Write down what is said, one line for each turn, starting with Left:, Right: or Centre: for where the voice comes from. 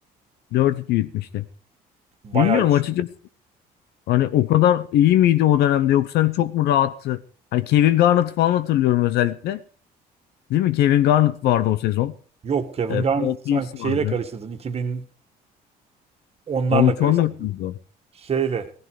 Left: 4-2 bitmişti.
Right: Bayağı
Left: Bilmiyorum
Right: güçlü.
Left: açıkçası. Hani o kadar iyi miydi o dönemde yoksa hani çok mu rahattı? Hani Kevin Garnett falan hatırlıyorum özellikle. Değil mi? Kevin Garnett vardı o sezon.
Right: Yok Kevin
Left: Ee,
Right: Garnett
Left: Paul Pierce
Right: sanki şeyle
Left: vardı.
Right: karıştırdın. iki bin onlarla
Left: 13-14
Right: karıştırdın.
Left: müydü o?
Right: şeyle.